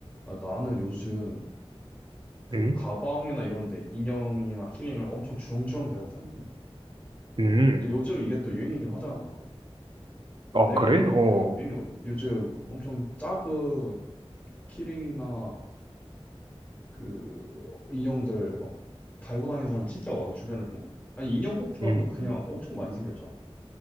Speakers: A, on the left (about 15°); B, on the right (about 50°).
A: 아, 나는 요즘 그
B: 음,
A: 가방이나 이런 데 인형이나 키링을 엄청 주렁주렁 달고 다니거든?
B: 음.
A: 근데 요즘 이게 또 유행이긴 하잖아.
B: 아,
A: 내가
B: 그래?
A: 보기에
B: 어,
A: 요즘 유행이거든? 요즘 엄청 작은 키링이나 그 인형들 막 달고 다니는 사람 진짜 많아, 주변에 보면. 아니, 인형 뽑기방도
B: 음,
A: 그냥 엄청 많이 생겼잖아.